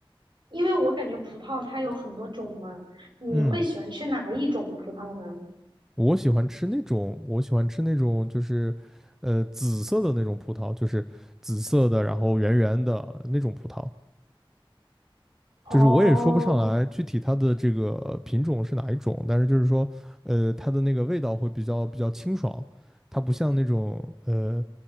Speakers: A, on the right (about 60°); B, in the centre.
A: 因为我感觉葡萄它有很多种嘛，你会喜欢吃哪一种葡萄呢？
B: 嗯。我喜欢吃那种，我喜欢吃那种，就是，呃，紫色的那种葡萄，就是紫色的，然后圆圆的那种葡萄。
A: 哦，
B: 就是我也说不上来具体它的这个品种是哪一种，但是就是说，呃，它的那个味道会比较比较清爽，它不像那种呃